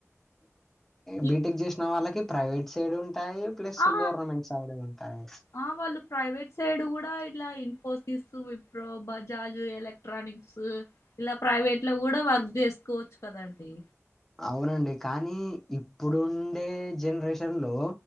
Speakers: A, in the centre; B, on the left.
A: బీటెక్
B: ఇప్
A: చేసిన వాళ్ళకి ప్రైవేట్ సైడ్ ఉంటాయి ప్లస్
B: ఆ
A: గవర్నమెంట్ సైడ్ ఉంటాయి
B: ఆ వాళ్ళు ప్రైవేట్ సైడ్ కూడా ఇలా ఇన్ఫోసిస్ విప్రో బజాజ్ ఎల ఎలక్ట్రానిక్స్ ఇలా ప్రైవేట్ లో కూడా వర్క్ చేసుకోవచ్చు కదండి
A: అవునండి కానీ ఇప్పుడుండే జనరేషన్ లో